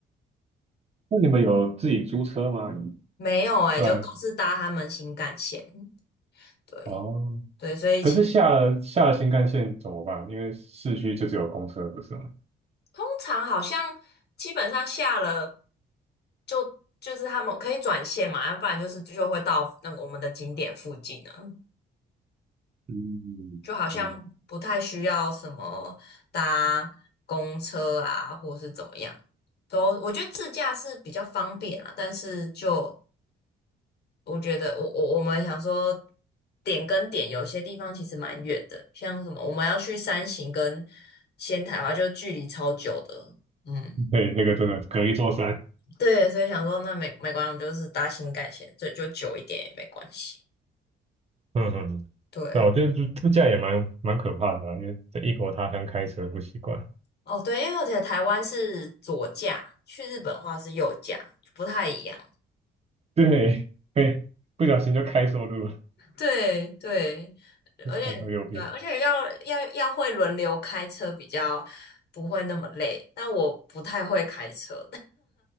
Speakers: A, on the right; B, on the left.
A: 那你们有自己租车吗？
B: <laughs> 没有诶、
A: 对，
B: 就都是搭他们新干线。对
A: 哦。
B: 对，所以其
A: 可是下了下了新干线怎么办？因为市区就只有公车，不是吗？
B: 通常好像基本上下了就就是他们可以转线嘛，要不然就是就会到那个我们的景点附近啊，
A: 嗯，
B: 就好像不太需要什么搭公车啊，
A: 那个，
B: 或是怎么样。都我觉得自驾是比较方便啊，但是就我觉得我我我们想说点跟点有些地方其实蛮远的，像什么我们要去山形跟仙台的话，就距离超久的，嗯。
A: <laughs> 对，那个真的隔一座山。
B: 对，所以想说那没没关系，我们就是搭新干线，这就久一点也没关系。
A: 嗯嗯，嗯对。
B: 对啊，
A: 那我觉得自自驾也蛮蛮可怕的啊，因为在异国他乡开车不习惯。
B: 哦对，因为我觉得台湾是左驾，去日本的话是右驾，不太一样。
A: 对，<laughs> 会不小心就开错路了。
B: 对对，
A: <laughs>
B: 而且对啊而且要要要会轮流开车，
A: 开到右边，
B: 比较不会那么累。但我不太会开车，